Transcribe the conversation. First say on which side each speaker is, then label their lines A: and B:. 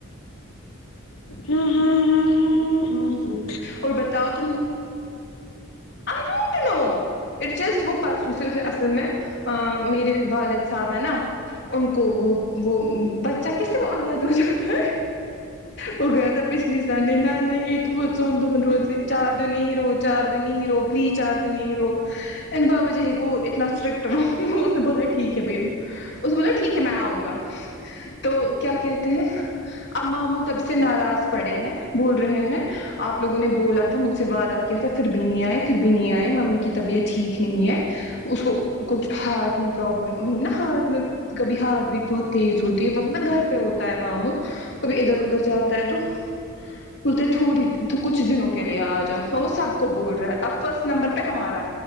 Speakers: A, on the left (about 85°); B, on the left (about 55°).
A: ہاں ہاں ہاں ہاں ہوں ہوں
B: اور بتاؤ تم I don't know it just وہ پرسوں سے صرف اصل میں ا میرے والد صاحب ہیں نا ان کو وہ وہ بچہ کیسے وہ آگاد ہو جاتا ہے وہ گیا تھا پچھلی سنڈے نہ نہ یہ اتھر سون دھون روتے چار دن ہی رو چار دن یہی رہو پلیز چار دن یہی رہو بابا جی وہ اتنا اسٹرکٹ وہ اس نے بولا ٹھیک ہے بھائی اسنے بولا ٹھیک ہے میں آؤں گا تو کیا کہتے ہیں اب ماموں تب سے ناراض پڑے ہیں بول رہے ہیں آپ لوگوں نے بولا تھا مجھ سے وعدہ کیا تھا پھر بھی نیں آئے پھر بھی نیں آئے ممی کی طبیعت ٹھیک نہیں ہے اس کو کچھ ہارٹ میں پرابلم مطلب نا ہارٹ میں کبھی ہارٹ بیٹ بہت تیز ہوتی ہے وہ نا گھر پہ ہوتا ہے ماموں کبھی ادھر ادھر جاتا ہے تو بولتے تھوڑی تو کچھ دنوں کے لیے آ جاؤ وہ سب کو بول رہا ہے اب فرسٹ نمبر پہ ہمارا